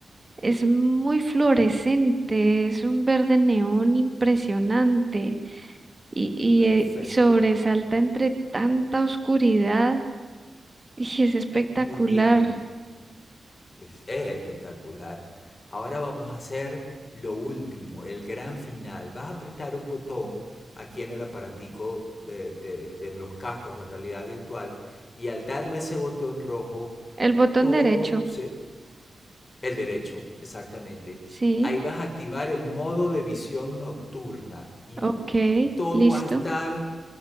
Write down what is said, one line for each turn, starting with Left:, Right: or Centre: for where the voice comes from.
Right: es muy fluorescente, es un verde neón impresionante y, y,
Left: Perfecto,
Right: eh, sobresalta entre tanta oscuridad y es espectacular.
Left: muy bien. Es, es espectacular. Ahora vamos a hacer lo último, el gran final. Vas a apretar un botón aquí en el aparatico de, de- de los cascos de realidad virtual y al darle ese botón rojo,
Right: El botón
Left: todo
Right: derecho,
Left: se... El derecho, exactamente.
Right: sí,
Left: Ahí vas a activar el modo de visión nocturna y
Right: ok,
Left: todo
Right: listo.
Left: va a estar